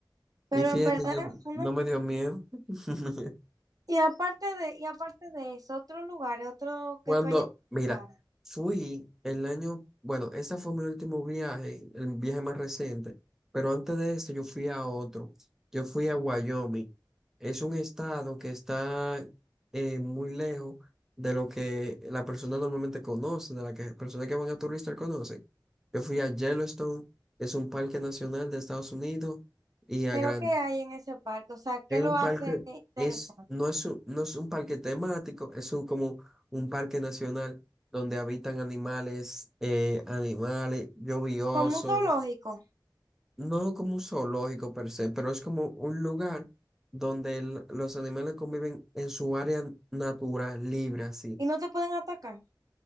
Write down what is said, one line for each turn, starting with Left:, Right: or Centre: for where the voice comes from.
Right: Pero
Centre: Y fíjate,
Right: en verdad,
Centre: yo
Right: fue
Centre: no
Right: una...
Centre: me dio miedo. <laughs>
Right: y aparte de, y aparte de eso, otro lugar, otro
Centre: Cuando,
Right: que tú hayas
Centre: mira,
Right: visitado,
Centre: fui el año, bueno, ese fue mi último viaje, el viaje más reciente, pero antes de esto yo fui a otro, yo fui a Wyoming. Es un estado que está eh, muy lejos de lo que la persona normalmente conoce, de la que personas que van a turistas conocen. Yo fui a Yellowstone, es un parque nacional de Estados Unidos, y a
Right: pero
Centre: Grand.
Right: ¿qué hay en ese parque? O sea, ¿qué
Centre: Es
Right: lo
Centre: un
Right: hace
Centre: parque,
Right: interesante?
Centre: es, no es un, no es un parque temático, es un, como un parque nacional donde habitan animales, eh, animales yo vi osos
Right: Como un zoológico,
Centre: no como un zoológico per se, pero es como un lugar donde el- los animales conviven en su área natural, libre, así.
Right: y no te pueden atacar.